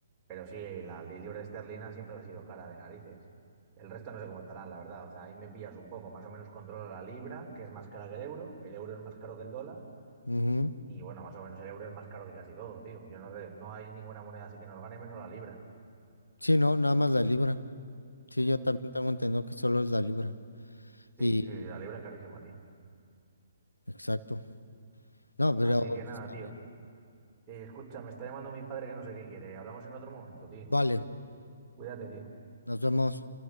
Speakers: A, on the right; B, on the left.
A: Pero sí, la li- libra esterlina siempre ha sido cara de narices. El resto no sé cómo estarán, la verdad. O sea, ahí me pillas un poco. Más o menos controlo la libra, que es más cara que el euro. El euro es más caro que el dólar.
B: Ujú.
A: Y bueno, más o menos el euro es más caro que casi todo, tío. Yo no, re- no hay ninguna moneda así que nos gane menos la libra.
B: Sí, no, nada más la libra. Sí,
A: Mm.
B: yo también tengo entendido que solo es la libra.
A: Sí,
B: Y,
A: sí, sí, la libra es carísima, tío.
B: exacto. No, pero
A: Así que nada,
B: también.
A: tío. Eh, escucha, me está llamando mi padre que no sé qué quiere. Hablamos en otro momento, tío.
B: Vale,
A: Cuídate, tío.
B: nos vemos.